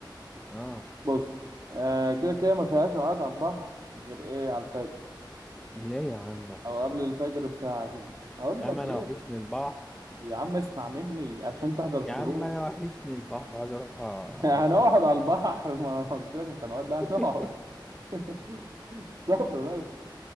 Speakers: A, in the centre; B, on the right.
A: اه
B: بص آه، كده كده ما فيهاش قعد على البحر غير ايه على الفجر
A: ليه يا عم ما فيهاش
B: او قبل
A: قعدة
B: الفجر
A: على البحر
B: بساعة كده هقول
A: يا
B: لك
A: عم انا
B: ليه
A: وحشني البحر
B: يا عم اسمع مني عشان تحضر الشروق
A: يا عم انا وحشني البحر عايز اروح افضفض
B: <laughs> هنقعد
A: مع
B: على البحر <laughs> ما انا قلت لك مش هنقعد لا هنقعد
A: <laughs>
B: <laughs> صبر بس